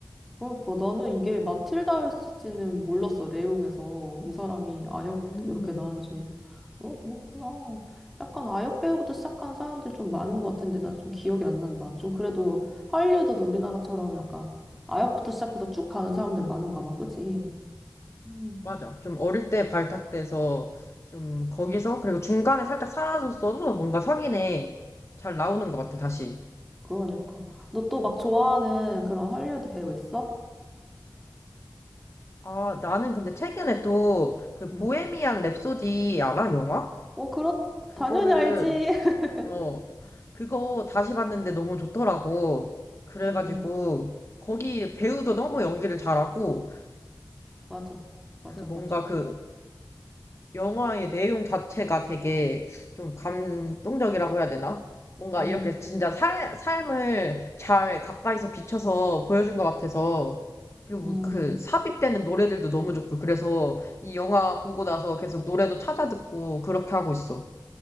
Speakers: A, in the centre; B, on the left.
A: 그러니까 나는 이게 마틸다였을지는 몰랐어, 레옹에서. 이 사람이 아역
B: 음.
A: 이렇게 나은지. 어, 그렇구나. 약간 아역 배우부터 시작한 사람들 좀 많은 것 같은데 나 좀 기억이 안 난다. 좀 그래도 할리우드도 우리나라처럼 약간 아역부터 시작해서 쭉 가는 사람들 많은가 봐, 그지? 음,
B: 맞아. 좀 어릴 때 발탁돼서 좀 거기서 그리고 중간에 살짝 사라졌어도 뭔가 석인에 잘 나오는 것 같아, 다시.
A: 그러니까. 너 또 막 좋아하는 그런 할리우드 배우 있어?
B: 아, 나는 근데 최근에 또 그
A: 응.
B: 보헤미안 랩소디 알아? 영화?
A: 어, 그렇,
B: 그거를
A: 당연히 알지. <laughs>
B: 어 그거 다시 봤는데 너무 좋더라고. 그래가지고
A: 응, 응.
B: 거기 배우도 너무 연기를 잘하고
A: 맞아. 맞아,
B: 그 뭔가
A: 맞아.
B: 그 영화의 내용 자체가 되게 좀 감동적이라고 해야 되나? 뭔가
A: 음,
B: 이렇게 진짜 살, 삶을 잘 가까이서 비춰서 보여준 것 같아서, 그리고
A: 음.
B: 그 그 삽입되는 노래들도 너무 좋고, 그래서 이 영화 보고 나서 계속 노래도 찾아 듣고 그렇게 하고 있어.